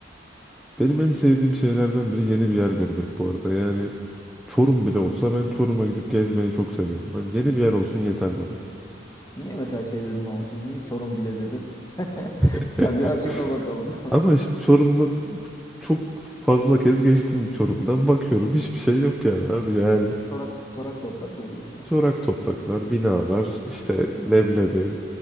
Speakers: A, in the centre; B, on the left.
A: Benim en sevdiğim şeylerden biri yeni bir yer görmek bu arada. Yani Çorum bile olsa ben Çorum'a gidip gezmeyi çok seviyorum. Ben yeni bir yer olsun
B: Hı hı.
A: yeter bana.
B: Niye mesela şey dedim ama şimdi niye Çorum bile dedin? <laughs>
A: <laughs>
B: Hadi açıkla bakalım.
A: Ama işte Çorum'da çok fazla kez geçtim Çorum'dan bakıyorum hiçbir şey yok yani abi yani
B: <laughs> Çorak, çorak toprakları diyorsun. ya.
A: çorak topraklar binalar işte
B: Aha.
A: leblebi